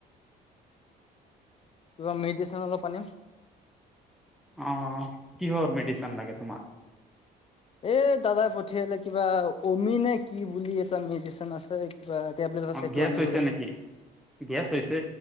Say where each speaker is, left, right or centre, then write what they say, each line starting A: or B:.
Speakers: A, on the left; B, in the centre.
A: কিবা মেডিচ্যন অলপ আনিম।
B: অঁ, কিহৰ মেডিচিন লাগে তোমাক?
A: এ দাদাই পঠিয়ালে কিবা অমিনে কি বুলি এটা মেডিচিন আছে। কিবা টেবলেট আছে
B: অ
A: এটো
B: গেছ
A: আনিব
B: হৈছে
A: লাগে।
B: নেকি গেছ হৈছে